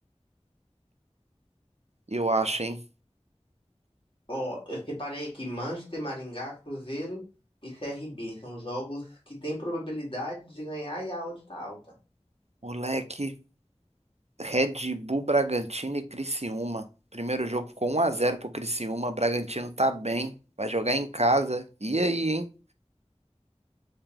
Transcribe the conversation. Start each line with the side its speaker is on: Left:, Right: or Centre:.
Right: Eu acho, hein?
Left: Ó, eu separei aqui Manchester, Maringá, Cruzeiro e CRB. São jogos que têm probabilidade de ganhar e a odd tá alta.
Right: Moleque, Red Bull Bragantino e Criciúma. Primeiro jogo ficou 1 a 0 pro Criciúma. Bragantino tá bem. Vai jogar em casa. E aí, hein?